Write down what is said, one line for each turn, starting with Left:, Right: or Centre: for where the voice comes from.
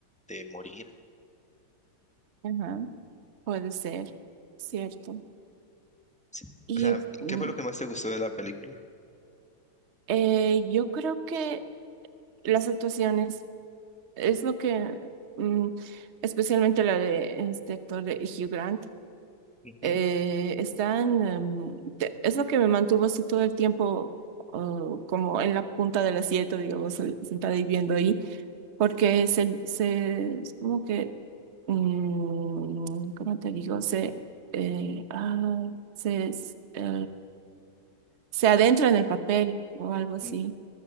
Centre: de morir.
Right: Ajá. Puede ser, cierto.
Centre: Sí.
Right: Y
Centre: O sea,
Right: mm,
Centre: ¿qué fue lo que más te gustó de la película?
Right: eh, yo creo que las actuaciones. Es lo que, mm, especialmente la de este actor de Hugh Grant,
Centre: Ujú,
Right: eh, están, em, te- es lo que me mantuvo así todo el tiempo, oh, como en la punta del asiento, digamos, eh, sentada y viendo ahí, porque se, se, es como que, mm, ¿cómo te digo? Se, eh, ah, se, s- eh, se adentra en el papel o algo así.
Centre: ujú,